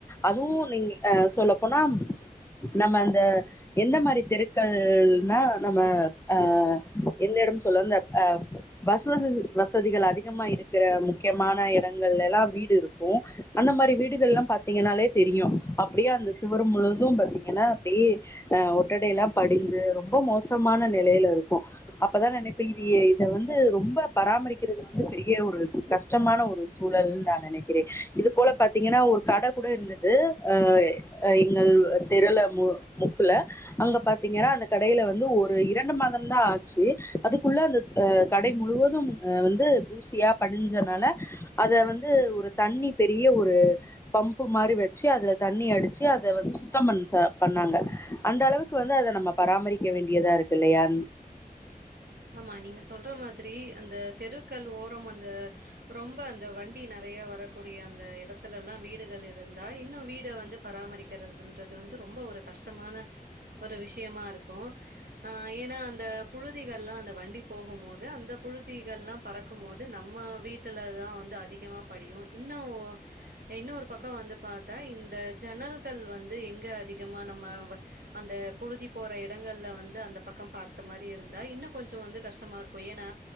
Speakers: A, on the left; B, on the right.
A: அதுவு நீங்க ஆ சொல்லப்போனா நம்ம அந்த எந்த மாரி தெருக்கள்னா நம்ம ஆ எந்த எடம்ன் சொல்லோன் இந்த ஆ பஸ் வததி வசதிகள் அதிகமா இருக்கிற முக்கியமான எடங்கள்லலா வீடு இருக்கு அந்த மாரி வீடுகள்லா பாத்தீங்கனாலே தெரியு அப்டியே அந்த சுவரு முழுவது பாத்தீங்கனா அப்டியே அ ஒட்டடைலா படிந்து ரொம்ப மோசமான நிலையில இருக்கு அப்பதா நெனைப்பே இது ஏ இத வந்து ரொம்ப பராமரிக்கிறது வந்து பெரிய ஒரு கஷ்டமான ஒரு சூழல்னு நா நெனைக்கிறே இது போல பாத்தீங்கனா ஒரு கட கூட இருந் தது ஆய் அ எங்கள் தெருல மு முக்குல அங்க பாத்தீங்கனா அந்த கடைல வந்து ஒரு இரண்டு மாதம்தா ஆச்சு அதுக்குள்ள அந்த அ கடை முழுவதும் அ வந்து தூசியா படிஞ்சனால அத வந்து ஒரு தண்ணி பெரிய ஒரு பம்ப்பு மாரி வெச்சு அதுல தண்ணி அடிச்சு அத வந்து சுத்தம் பண் ச பண்ணாங்க அந்த அளவுக் க்கு‌ வந்து அத நம்ம பராமரிக்க வேண்டியதா இருக்கு இல்லையா
B: ஆமா நீங்க சொல்ற மாதிரி அந்த தெருக்கள் ஓரம் அந்த ரொம்ப அந்த வண்டி நெறைய வரக் கூடிய அந்த எடத்துலலா வீடுகள் இருந்தா இன்னு வீட வந்து பராமரிக்கிறதுன்றது வந்து ரொம்ப ஒரு கஷ்டமான ஒரு விஷ்யமா இருக்கு ஆ ஏனா அந்த புழுதி ல்ல வண்டி போகும் போது அந்த புழுதிகள்லா பறக்கும் போது நம்ம வீட்டுல தா வந்து அதிகமா படியு இன்னு இன்னு ஒரு பக்க வந்து பாத்தா இந்த ஜன்னல்கள் வந்து எங்க அதிகமா நம்ம வ அந்த புழுதி போற எடங்கள்ல வந்து அந்த பக்க பாத்த மாரி இருந் த இன்னு கொஞ்ச வந்து கஷ்டமா இருக்கு ஏனா